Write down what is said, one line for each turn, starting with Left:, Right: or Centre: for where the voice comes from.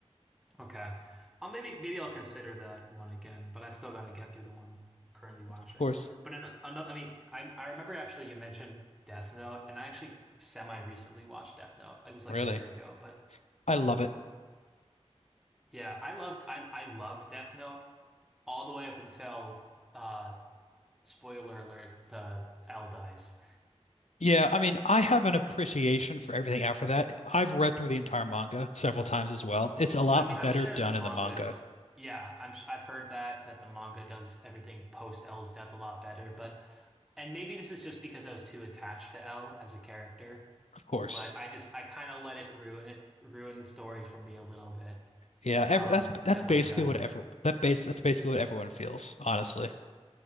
Centre: Okay. I'll maybe maybe I'll consider that one again, but I still gotta get through the one I'm currently watching.
Left: Of course,
Centre: But in another, I mean, I I remember actually you mentioned Death Note, and I actually semi recently watched Death Note. It was like
Left: really.
Centre: a year ago, but
Left: I love it.
Centre: yeah, I loved I I loved Death Note all the way up until uh spoiler alert, the L dies.
Left: Yeah, I mean, I have an appreciation for everything after that. I've read through the entire manga several times as well. It's a lot
Centre: I mean, I'm
Left: better
Centre: sure
Left: done
Centre: the manga's
Left: in the manga,
Centre: yeah, I'm sh I've heard that that the manga does everything post L's death a lot better, but and maybe this is just because I was too attached to L as a character,
Left: of course.
Centre: but I just I kind of let it ruin it ruin the story for me a little bit.
Left: Yeah, ev
Centre: Um,
Left: that's
Centre: but
Left: that's basically
Centre: when he died,
Left: what ever that base that's basically what everyone feels, honestly.